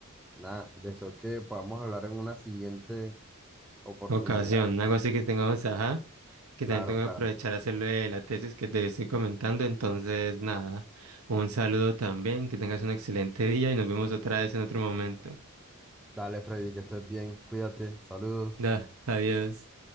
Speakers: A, in the centre; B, on the right (about 80°).
A: nada, deseo que podamos hablar en una siguiente oportunidad.
B: Ocasión, algo así que tengamos, ajá. que
A: Claro,
B: también tengo
A: claro.
B: que aprovechar a hacerlo de la tesis que te estoy comentando. Entonces, nada, un saludo también, que tengas un excelente día y nos vemos otra vez en otro momento.
A: Dale, Freddy, que estés bien. Cuídate. Saludos.
B: Da, adiós.